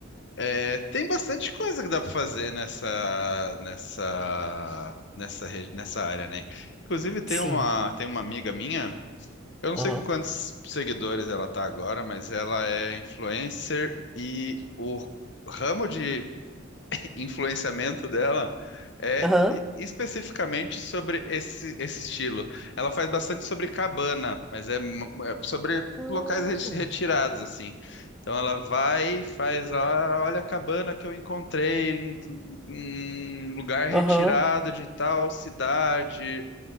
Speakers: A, on the left; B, in the centre.
A: é, tem bastante coisa que dá pra fazer nessa, nessa, nessa, re- nessa área, né? Inclusive, tem
B: Sim.
A: uma, tem uma amiga minha, eu não
B: Aham.
A: sei com quantos seguidores ela tá agora, mas ela é influencer e o ramo de influenciamento dela é
B: Aham.
A: e- especificamente sobre esse, esse estilo. Ela faz bastante sobre cabana, mas é, m- é sobre
B: Hum.
A: locais re- retirados, assim. Então ela vai e faz ah olha a cabana que eu encontrei em, em um lugar retirado
B: Aham.
A: de tal cidade.